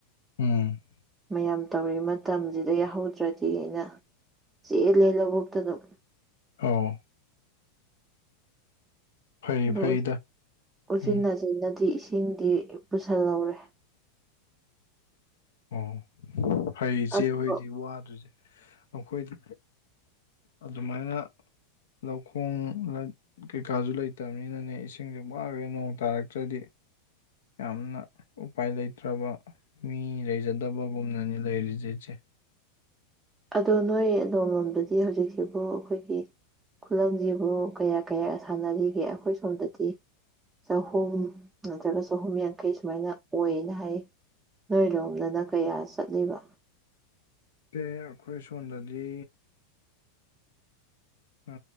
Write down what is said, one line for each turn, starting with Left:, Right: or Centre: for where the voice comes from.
Left: ꯎꯝ
Right: ꯃꯌꯥꯝ ꯇꯧꯔꯤ ꯃꯇꯝꯖꯤꯗ ꯌꯥꯍꯧꯗ꯭ꯔꯗꯤ ꯅ ꯆꯦꯜꯂꯦ ꯂꯧꯕꯨꯛꯇ ꯗꯨꯝ
Left: ꯑꯧ ꯐꯩ
Right: ꯗꯣ
Left: ꯐꯩꯗ
Right: ꯎꯆꯤꯟ
Left: ꯎꯝ
Right: ꯅꯆꯤꯟꯅꯗꯤ ꯏꯁꯤꯡꯗꯤ ꯄꯨꯁꯜꯍꯧꯔꯦ꯫
Left: ꯑꯣ ꯐꯩ ꯏꯆꯦ
Right: ꯑꯗꯣ
Left: ꯍꯣꯏꯗꯤ ꯋꯥꯗ꯭ꯔꯤꯖꯦ꯫ ꯑꯈꯣꯏꯗꯤ ꯑꯗꯨꯃꯥꯏꯅ ꯂꯧꯈꯣꯡ ꯀꯩꯀꯥꯖꯨ ꯂꯩꯇꯕꯅꯤꯅꯅꯦ ꯏꯁꯤꯡꯖꯦ ꯋꯒ꯭ꯔꯦ ꯅꯣꯡ ꯇꯥꯔꯛꯇ꯭ꯔꯗꯤ꯫ ꯌꯥꯝꯅ ꯎꯄꯥꯏ ꯂꯩꯇ꯭ꯔꯕ ꯃꯤ ꯂꯩꯖꯗꯕꯒꯨꯝꯅꯅꯤ ꯂꯩꯔꯤꯖꯦ ꯏꯆꯦ꯫
Right: ꯑꯗꯣ ꯅꯣꯏ ꯑꯗꯣꯝ ꯂꯣꯝꯗꯗꯤ ꯍꯧꯖꯤꯛꯁꯤꯕꯨ ꯑꯈꯣꯏꯒꯤ ꯈꯨꯂꯪꯖꯤꯕꯨ ꯀꯌꯥ ꯀꯌꯥ ꯁꯥꯟꯅꯔꯤꯒꯦ ꯑꯈꯣꯏ ꯁꯣꯝꯗꯗꯤ ꯆꯍꯨꯝ ꯅꯠꯇ꯭ꯔꯒ ꯆꯍꯨꯝ ꯌꯥꯡꯈꯩ ꯁꯨꯃꯥꯏꯅ ꯑꯣꯏꯌꯦꯅ ꯍꯥꯏꯌꯦ꯫ ꯅꯣꯏ ꯔꯣꯝꯗꯅ ꯀꯌꯥ ꯆꯠꯂꯤꯕ?
Left: ꯆꯦ ꯑꯈꯣꯏ ꯁꯣꯟꯗꯗꯤ ꯑ